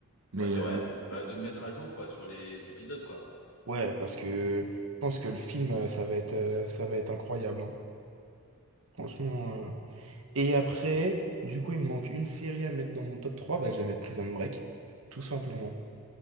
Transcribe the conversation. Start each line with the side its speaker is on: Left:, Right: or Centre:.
Right: mais
Left: Ouais, c'est
Right: euh,
Left: vrai. Bah, de me mettre à jour, quoi, sur les épisodes, quoi.
Right: ouais, parce que je pense que le film, euh, ça va être, euh, ça va être incroyable. hein. Franchement. euh. Et après, du coup, il me manque une série à mettre dans mon top 3. Bah, je vais mettre Prison Break. Tout simplement.